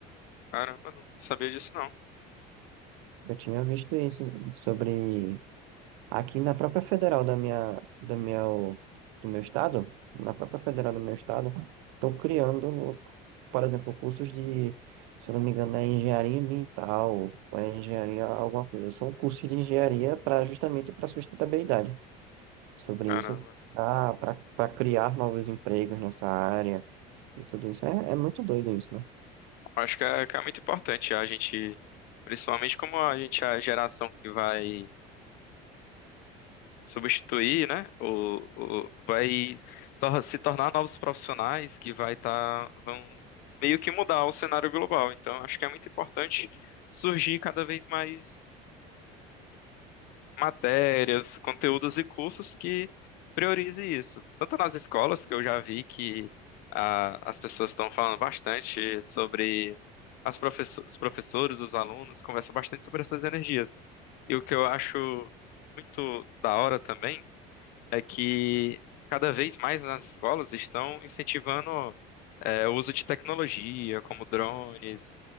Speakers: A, on the left; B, on the right.
A: Caramba, não sabia disso não.
B: Eu tinha visto isso sobre aqui na própria federal da minha, da minha, do meu estado, na própria federal do meu estado, estão criando por exemplo, cursos de, se eu não me engano, é engenharia ambiental, ou é engenharia alguma coisa. São cursos de engenharia para justamente para sustentabilidade. Sobre
A: Caramba.
B: isso, para criar novos empregos nessa área e tudo isso. É, é muito doido isso, né?
A: Acho que é, que é muito importante a gente, principalmente como a gente é a geração que vai substituir, né? O, o- vai tor- se tornar novos profissionais que vai estar vão meio que mudar o cenário global. Então, acho que é muito importante surgir cada vez mais matérias, conteúdos e cursos que priorize isso. Tanto nas escolas, que eu já vi que ah, as pessoas estão falando bastante sobre as professo- os professores, os alunos, conversam bastante sobre essas energias. E o que eu acho muito da hora também é que cada vez mais nas escolas estão incentivando eh, o uso de tecnologia, como drones,